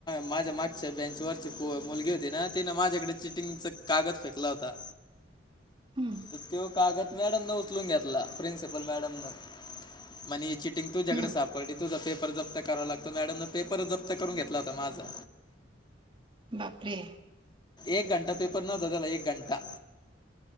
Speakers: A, on the left (about 25°); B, on the right (about 25°).
A: माझ्या मागच्या बेंचवरची पो मुलगी होती ना तिनं माझ्याकडे चिटिंगच कागद फेकला होता.
B: हम्म.
A: तर तो कागद मॅडमनें उचलून घेतला प्रिन्सिपल मॅडमने. म्हणे ही चिटिंग तुझ्याकडे
B: हम्म
A: सापडली तुझं पेप पेपर जप्त करावा लागतो मॅडमने पेपर जप्त करून घेतला होता माझा.
B: बापरे!
A: एक घंटा पेपर नव्हतं त्याला एक घंटा.